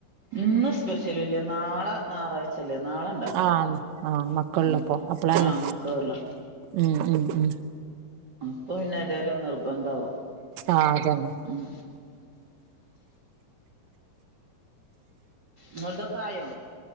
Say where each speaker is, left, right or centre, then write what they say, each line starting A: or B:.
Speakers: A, on the right; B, on the right.
A: ഇന്ന് സ്പെഷ്യൽല്ല നാളെ ഞായറാഴ്ച ല്ലെ നാളെ ഇണ്ടാക്കും
B: ആഹ് ആഹ് മക്കളിള്ളപ്പോ
A: ഉം
B: അപ്പളന്നെ
A: ആ മക്കൾള്ള
B: ഉം ഉം ഉം
A: അപ്പൊ പിന്നെതായാലും അത് നിർബന്ധാവും
B: ആഹ് അതന്നെ
A: മം ങ്ങൾതൊക്ക ആയോ